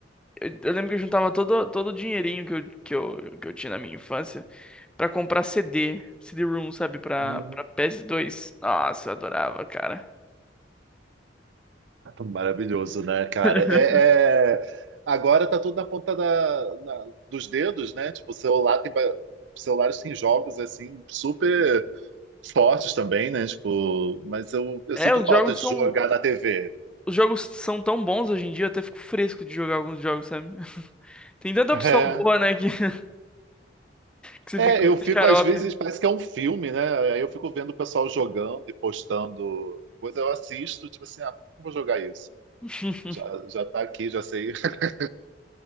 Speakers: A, in the centre; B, on the right (about 80°).
A: Eu, eu lembro que eu juntava todo, todo o dinheirinho que eu, que eu, que eu tinha na minha infância pra comprar CD, CD-ROM, sabe, pra,
B: Hum,
A: pra PS2. Nossa, eu adorava, cara.
B: maravilhoso, né, cara?
A: <laughs>
B: É, é- Agora tá tudo na ponta da, na- dos dedos, né? Tipo, o celular tem, ba- celulares têm jogos, assim, super fortes também, né? Tipo, mas eu, eu
A: É,
B: sinto
A: os
B: falta
A: jogos
B: de
A: são.
B: jogar na TV.
A: Os jogos são tão bons hoje em dia, eu até fico fresco de jogar alguns jogos, sabe? <laughs> Tem tanta
B: É.
A: opção boa, né, que, <laughs> que você
B: É,
A: fica meio
B: eu fico,
A: xarope.
B: às vezes, parece que é um filme, né? Aí eu fico vendo o pessoal jogando e postando coisa, eu assisto, tipo assim, ah, por que eu vou jogar isso?
A: <laughs>
B: Já, já tá aqui, já sei. <laughs>